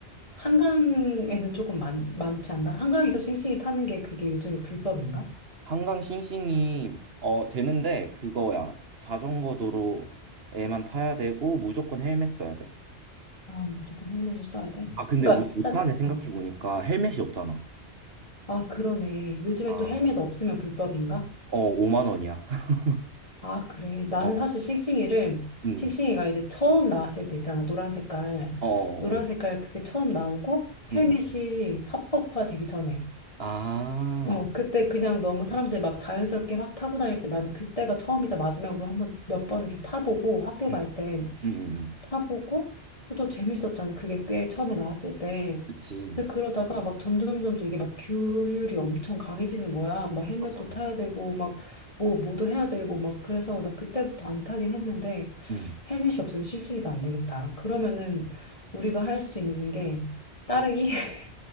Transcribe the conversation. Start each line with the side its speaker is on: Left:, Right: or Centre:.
Left: 한강에는 조금 많, 많지 않나? 한강에서 싱싱이 타는 게 그게 요즘에 불법인가?
Right: 한강 싱싱이 어 되는데 그거야. 자전거 도로에만 타야 되고 무조건 헬멧 써야 돼.
Left: 아, 무조건 헬멧을 써야 돼?
Right: 아, 근데
Left: 그러니까,
Right: 우리 못하네
Left: 사,
Right: 생각해
Left: 어.
Right: 보니까 헬멧이 없잖아.
Left: 아, 그러네. 요즘에
Right: 아,
Left: 또 헬멧 없으면 불법인가?
Right: 어, 5만 원이야. <laughs>
Left: 아, 그래. 나는
Right: 어,
Left: 사실 싱싱이를,
Right: 음.
Left: 싱싱이가 이제 처음 나왔을 때 있잖아. 노란 색깔.
Right: 어, 어,
Left: 노란
Right: 어.
Left: 색깔 그게 처음 나오고
Right: 음.
Left: 헬멧이 합법화 되기 전에.
Right: 아.
Left: 어, 그때 그냥 너무 사람들 막 자연스럽게 막 타고 다닐 때 나는 그때가 처음이자 마지막으로 한 번 몇 번 이렇게 타보고 학교
Right: 음.
Left: 갈 때.
Right: 음. 음. 음.
Left: 타보고 그도 재밌었잖아. 그게 꽤 처음에 나왔을 때.
Right: 그치.
Left: 근데 그러다가 막 점점 점점 이게 막 규율이 엄청 강해지는 거야. 막 헬멧도
Right: 맞아.
Left: 타야 되고 막 뭐 뭐도 해야 되고 막 그래서 나 그때부터 안 타긴 했는데
Right: 음.
Left: 헬멧이 없으면 싱싱이도 안 되겠다. 그러면은 우리가 할 수 있는 게 따릉이 <laughs>